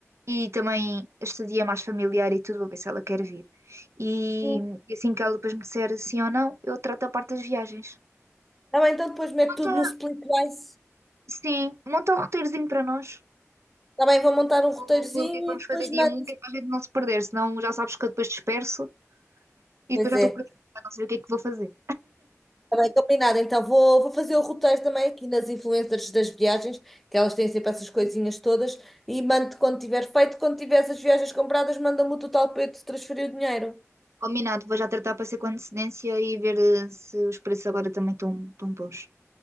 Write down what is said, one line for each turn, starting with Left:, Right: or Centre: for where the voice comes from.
Right: E também este dia é mais familiar e tudo, vou ver se ela quer vir. E,
Centre: Hum.
Right: e assim que ela depois me disser sim ou não, eu trato a parte das viagens.
Centre: Tá bem, então depois mete
Right: Monta,
Centre: tudo no split price.
Right: sim, monta um roteirozinho para nós.
Centre: Está bem, vou montar um roteirozinho
Right: O, o que é que vamos
Centre: e depois
Right: fazer dia
Centre: mando.
Right: um que é para a gente não se perder, senão já sabes que eu depois disperso e
Centre: Pois
Right: depois já
Centre: é.
Right: estou por aqui, já não sei o que é que vou fazer.
Centre: Está bem, combinado. Então vou, vou fazer o roteiro também aqui nas influencers das viagens, que elas têm sempre essas coisinhas todas, e mando quando tiver feito. Quando tiver as viagens compradas, manda-me o total para eu te transferir o dinheiro.
Right: Combinado, vou já tratar para ser com antecedência e ver eh, se os preços agora também estão, estão bons.